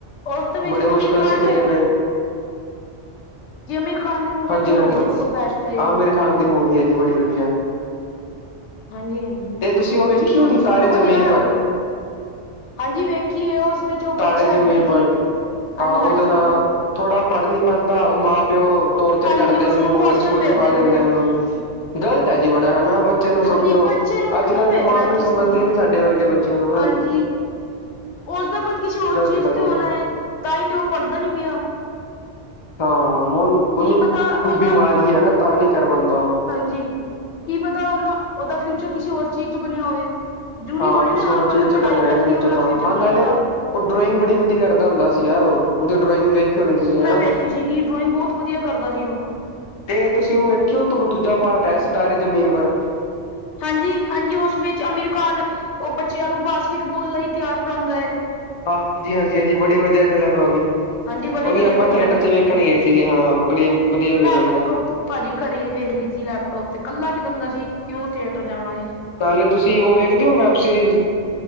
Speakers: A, on the left (about 75°); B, on the left (about 45°).
A: ਉਸ ਦੇ ਵਿੱਚ
B: ਬੜੀ
A: ਅਮੀਰ
B: ਮੁਸ਼ਕਿਲ
A: ਖਾਨ
B: ਸਿੱਖਦੇ ਨੇ।
A: ਜਿ ਅਮੀਰ ਖਾਨ ਦੀ ਮੂਵੀ
B: ਹਾਂਜੀ
A: ਆ, ਤੇ ਹੁੰਨ
B: ਹਾਂਜੀ
A: ਜੀ ਦੇਖੋ ਬੈਸਟ ਏ।
B: ਆਮਿਰ ਖਾਨ ਦੀ ਮੂਵੀ ਐ ਜੀ ਬੜੀ ਵਧੀਆ।
A: ਹਾਂਜੀ-ਹਾਂਜੀ,
B: ਤੇ ਤੁਸੀਂ ਉਹ ਵੇਖੀ
A: ਜੀ ਤੁਹਾਨੂੰ
B: ਉਹਦੀ
A: ਸਭ
B: ਤਾਰੇ
A: ਤੋਂ ਵਧੀਆ
B: ਜ਼ਮੀਨ ਪਰ
A: ਹਾਂਜੀ ਵੇਖੀਏ, ਉਸ ਵਿੱਚ ਉਹ ਬੱਚੇ
B: ਤਾਰੇ ਜ਼ਮੀਨ
A: ਅੱਗੇ ਈ
B: ਪਰ
A: ਕੀ, ਹਾਂਜੀ-ਹਾਂਜੀ।
B: ਹਾਂ ਉਹਦੇ ਨਾਲ ਥੋੜਾ ਪੜ ਨੀ ਪਾਂਦਾ, ਉਹ ਮਾਂ-ਪਿਓ ਟੋਰਚਰ
A: ਹਾਂਜੀ
B: ਕਰਦੇ
A: ਉਸਨੂੰ
B: ਆ ਉਹਨੁੰ, ਬੋਰਡਿੰਗ
A: ਹੋਸਟਲ
B: ਸਕੂਲ'ਚ
A: ਭੇਜ
B: ਪਾ ਦਿੰਦੇ
A: ਨੇ
B: ਆ, ਉਹਨੂੰ। ਗਲਤ ਹੈ ਜੀ, ਬੜਾ ਹੈਨਾ ਬ ਬੱਚੇ ਨੂੰ ਸਮਝੋ,
A: ਹਾਂਜੀ ਬੱਚੇ ਨੂੰ
B: ਅੱਜ-ਕੱਲ
A: ਕਿਉਂ ਭੇਜਣਾ
B: ਦੇ ਮਾਂ-ਪਿਓ
A: ਹੈ ਕਿਸੇ
B: ਸਮਝਦੇ
A: ਦੇ ਨਾਲ
B: ਈ ਨੀ ਸਾਡੇ ਵਰਗੇ ਬੱਚਿਆਂ ਨੂੰ,
A: ਹਾਂਜੀ
B: ਹਨਾ।
A: ਉਸਦਾ ਮਨ ਕਿਸੇ ਹੋਰ
B: ਗ਼ਲਤ
A: ਚੀਜ਼
B: ਗੱਲ
A: ਤੇ
B: ਆ।
A: ਹੋਨਾ ਏ, ਤਾਂਈ ਤੇ ਉਹ ਪੜਦਾ ਨੀ ਪਿਆ।
B: ਹਾਂ, ਹੁਣ, ਉਹਨੂੰ
A: ਕੀ ਪਤਾ
B: ਕੋਈ
A: ਉਹਦਾ
B: ਬਿਮਾਰੀ
A: ਮਤਲਬ
B: ਐ ਨਾ ਤਾਂ ਨਹੀਂ ਕਰ ਪਾਂਦਾ ਓ।
A: ਹਾਂਜੀ, ਕੀ ਪਤਾ ਉਹਨਾ ਉਹਦਾ ਫਿਊਚਰ ਕਿਸੇ ਹੋਰ ਚੀਜ਼'ਚ ਬਨਿਆ ਹੋਵੇ। ਜ਼ਰੂਰੀ
B: ਹਾਂ
A: ਥੋੜੀ
B: ਕਿਸੇ
A: ਨਾ,
B: ਹੋਰ
A: ਹਰ
B: ਚੀਜ਼
A: ਬੰਦਾ
B: ਚ
A: ਪੜ੍ਹਾਈ
B: ਬਣਿਆ
A: ਕਰਕੇ
B: ਹੋਇਆ
A: ਅਪਣਾ
B: ਹਾਂ
A: ਫਿਊਚਰ
B: ਹਾਂ
A: ਬਣਾਊਂਗਾ।
B: ਨਾਲੇ ਉਹ ਡਰੌਇੰਗ ਬੜੀ ਵਧੀਆ ਕਰਦਾ ਹੁੰਦਾ ਸੀ ਯਾਰ ਉਹ, ਓਦੇ ਡਰੌਇੰਗ ਵੇਖੀ ਹੋਣੀ ਤੁਸੀਂ ਹਨਾ?
A: ਦੇਖੀ ਸੀਗੀ, ਡਰੋਇੰਗ ਬਹੁਤ ਵਧੀਆ ਕਰਦਾ ਸੀ ਉਹ।
B: ਤੇ ਤੁਸੀਂ ਉਹ ਵੇਖੀ ਓ ਦੂਜਾ ਪਾਾਰਟ ਏ, ਸਿਤਾਰੇ ਜ਼ਮੀਨ ਪਰ।
A: ਹਾਂਜੀ-ਹਾਂਜੀ, ਉਸ ਵਿੱਚ ਅਮੀਰ ਖਾਨ ਉਹ ਬੱਚਿਆਂ ਨੂੰ ਬਾਸਕਿਟਬਾਲ ਲਈ ਤਿਆਰ ਕਰਾਉਂਦਾ ਏ।
B: ਹਾਂਜੀ-ਹਾਂਜੀ-ਹਾਂਜੀ, ਬੜੀ ਵਧੀਆ ਫਿਲਮ ਏ, ਓਹ ਵੀ।
A: ਹਾਂਜੀ ਬੜੀ
B: ਓ ਵੀ
A: ਵਧੀਆ
B: ਆਪਾ
A: ਫਿਲਮ
B: ਥੀਏਟਰ'ਚ
A: ਹੈ ਉਹ।
B: ਵੇਖਣ ਗਏ ਸੀਗੇ ਹਾਂ, ਬੜੀ ਵਧੀਆ ਫਿਲਮ
A: ਮੈਂ ਤਾਂ
B: ਏ,
A: ਦੇਖੋ
B: ਓ।
A: ਭਾਜੀ ਘਰੇ ਵੇਖ ਲਈ ਸੀ ਲੈਪਟੋਪ ਤੇ, ਕੱਲਾ ਕਿ ਬੰਦਾ ਸੀ ਕਿਉਂ ਥੀਏਟਰ ਜਾਣਾ ਜੀ।
B: ਨਾਲੇ ਤੁਸੀ ਉਹ ਵੇਖਦੇ ਐਂ, ਵੈਬ ਸੀਰੀਜ਼?